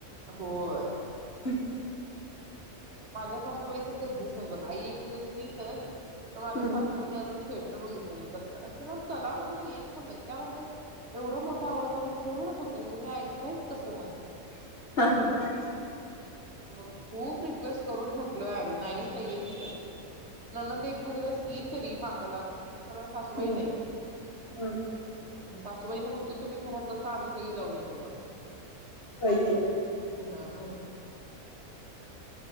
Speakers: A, on the right; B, on the left.
A: होय
B: <inaudible>
A: माझ्या सासूबाई तर कधीच नाही बघा आई एखाद्या वेळेस येईल तर तर माझ्या
B: हम्म
A: सासुबाईनी अजून थिएटर बघितलं नाही कसलं चला म्हटलतर येत पण नाही त्या म्हणतात एवढा मोठा आवाज मला सह सहनच होत नाही, तुम्ही ऐकतायच कसं म्हणे.
B: <inaudible>
A: मग खूप रिक रिक्वेस्ट करून थकलोय आम्ही. नाही त्या येतच नाहीत ननंद एखाद्या वेळेस येईल तरी माग लागून. खरं सासूबाई
B: हॅलो, हा.
A: मग सासूबाईना म्हणतो तुम्ही घरात बसा आम्ही सगळी जाऊन येतो मग.
B: होय की.
A: अं आ हं <inaudible>